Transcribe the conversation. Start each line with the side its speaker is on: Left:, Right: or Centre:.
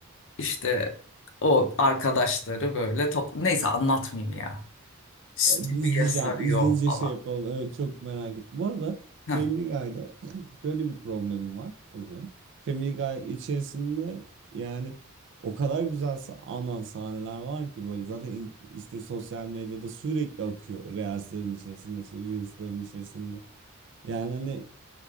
Left: işte o arkadaşları böyle topla neyse anlatmayayım ya. Stevie'ye
Right: E, bir izleyeceğim.
Left: sarıyor
Right: İzleyince
Left: falan.
Right: şey yapalım. Evet, çok merak ettim. Bu arada Family
Left: Heh,
Right: Guy'da <clears throat> şöyle bir problemim var. Özürüm. Family Guy içerisinde yani o kadar güzel sa- anan sahneler var ki böyle zaten in- işte sosyal medyada sürekli akıyor. Reels'lerin içerisinde, şey, Reels'lerin içerisinde. Yani hani